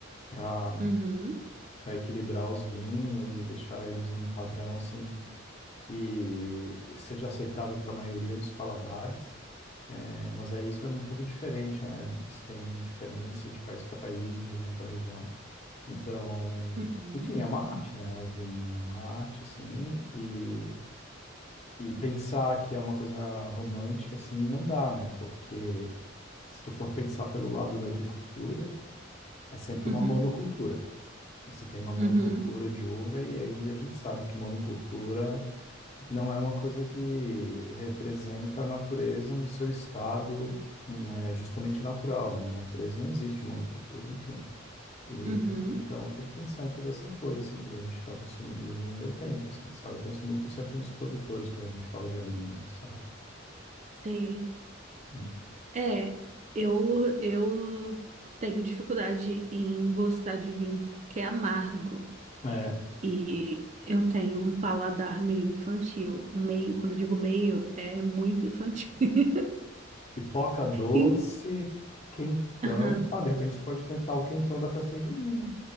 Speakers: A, on the left; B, on the right.
A: Para
B: Uhum,
A: para equilibrar os vinhos e deixar eles num padrão, assim, que seja aceitável para a maioria dos paladares, é, mas é isso é um pouco diferente, né? Isso tem diferença de país para país, de região para região. Então,
B: uhum,
A: enfim, é uma arte, né? O vinho é uma arte, assim, e, e pensar que é uma coisa romântica, assim, não dá, né? Porque se tu for pensar pelo lado da agricultura, é sempre
B: uhum,
A: uma monocultura. Você tem uma monocultura
B: uhum,
A: de uva, e aí a gente sabe que monocultura não é uma coisa que representa a natureza no seu estado, hum, é, justamente natural, né? Na natureza não existe monocultura, enfim. E
B: uhum.
A: então tem que pensar em toda essa coisa, assim, quando a gente está consumindo vinho, eu penso assim, sabe? Eu penso muito sempre nos produtores quando a gente fala de alimento, sabe?
B: Sei.
A: Hum.
B: É, eu, eu tenho dificuldade em gostar de vinho porque é amargo.
A: É,
B: E eu tenho um paladar meio infantil. Meio, quando eu digo meio, é muito infantil. <laughs>
A: pipoca doce,
B: E-
A: quentão.
B: aham.
A: Ah, de repente você pode tentar o quentão da festa junina.